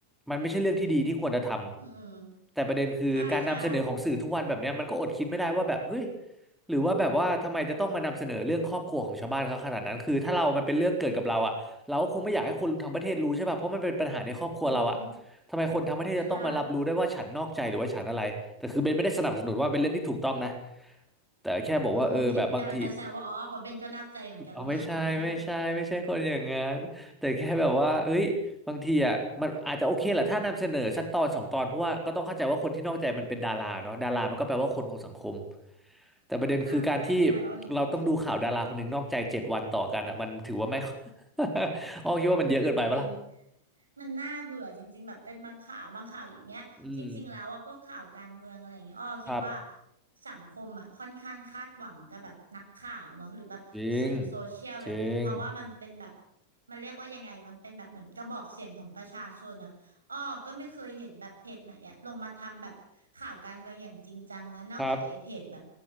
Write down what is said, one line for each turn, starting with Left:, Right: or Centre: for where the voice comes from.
Centre: มันไม่ใช่เรื่องที่ดีที่ควรจะท
Right: อืม
Centre: ำแต่ประเด็นคือการนำเสนอของสื่อทุกวันแบบเนี้ยมันก็อดคิดไม่ได้ว่าแบบเฮ้ย
Right: ใช่ใช่
Centre: หรือว่าแบบว่าทำไมจะต้องมานำเสนอเรื่องครอบครัวของชาวบ้านเขาขนาดนั้นคือถ้าเรามันเป็นเรื่องเกิดกับเราอ่ะเราก็คงไม่อยากให้คนทั้งประเทศรู้ใช่ป่ะเพราะมันเป็นปัญหาในครอบครัวเราอ่ะ
Right: อือฮึ
Centre: ทำไมคนทั้งประเทศจะต้องมารับรู้ได้ว่าฉันนอกใจหรือว่าฉันอะไรแต่คือเบนไม่ได้สนับสนุนว่าเป็นเรื่องที่ถูกต้องนะ
Right: ใช่
Centre: แต่แค่บอกว่าเออแบบบางที
Right: อืมคิดกำลังจะแซวว่าอ๋อเพราะเบนก็นักใจเหมือนกันหรือเปล่า
Centre: เอาไม่ใช่ไม่ใช่ไม่ใช่คนอย่างนั้นแต่แค่แบบว่าเอ้ยบางทีอ่ะมันอาจจะโอเคแหละถ้านำเสนอสักตอนสองตอนเพราะว่าก็ต้องเข้าใจว่าคนที่นอกใจมันเป็นดาราเนาะดารามันก็แปลว่าคนของสังคม
Right: <laughs> เลยแบบ
Centre: แต่ประเด็นคือการที่
Right: อ่าใช่ใช่อ๋อเห็นด้วย
Centre: เราต้องดูข่าวดาราคนหนึ่งนอกใจเจ็ดวันต่อกันอ่ะมันถือว่าไม่ <laughs> อ้อคิดว่ามันเยอะเกินไปปะล่ะ
Right: จริงมันน่าเบื่อจริงๆแบบเป็นบางข่าวบางข่าวอย่างเงี้ยจริงๆแล้วอ่ะพวกข่าวการเมืองอะไรอย่างเงี้ยอ้อคิดว่า
Centre: อืมครับ
Right: สังคมอ่ะค่อนข้างคาดหวังกับแบบนักข่าวเนาะหรือแบบสื่อโซเชียลอย่างเงี้ยเพราะว่ามันเป็นแบบ
Centre: จริงจริง
Right: มันเรียกว่ายังไงมันเป็นแบบเหมือนกระบอกเสียงของประชาชนอ่ะ อ้อก็ไม่เคยเห็นแบบเพจไหนอะลงมาทำแบบข่าวการเมืองอย่างจริงจังนะนอกจากไอ้เพจแบบ
Centre: ครับ